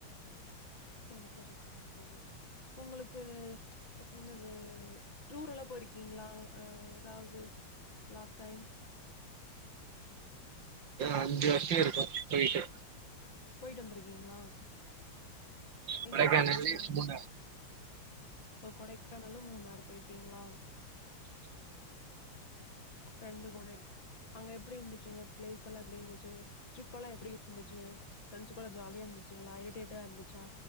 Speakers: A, on the left; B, on the right.
A: சேரி சேரி சேரி சேரி உங்களுக்கு என்னது டூர்ல்லா போயிருக்கீங்களா ஆ ஏதாவது லாஸ்ட் டைம்
B: அஞ்சு வருஷோ இருக்கு போய்ட்டு
A: போய்ட்டு வந்திருக்கீங்களா
B: கொடைகானலு
A: எங்க போயிருக்கீங்க
B: மூனாரு
A: ஓ கொடைக்கானலு மூணாரு போயிருக்கீங்களா ப்ரெண்டு கூடை அங்க எப்டி இருந்துச்சுங்க பிளேஸ் எல்லா எப்டிருந்துச்சு ட்ரிப் எல்லா எப்டிருந்துச்சு பிரரெண்ட்ஸ் கூட ஜாலியா இருந்துச்சுங்களா இரிட்டேடா இருந்துச்சா